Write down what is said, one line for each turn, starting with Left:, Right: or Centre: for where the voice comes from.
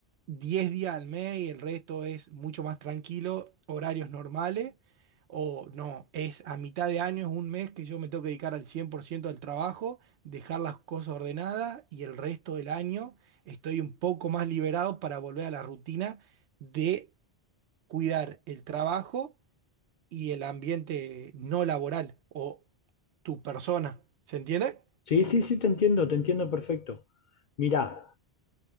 Right: 10 días al mes y el resto es mucho más tranquilo, horarios normales. O no, es a mitad de año, es un mes que yo me tengo que dedicar al 100% al trabajo, dejar las cosas ordenadas y el resto del año estoy un poco más liberado para volver a la rutina de cuidar el trabajo y el ambiente no laboral o tu persona. ¿Se entiende?
Left: Sí, sí, sí, te entiendo, te entiendo perfecto. Mirá,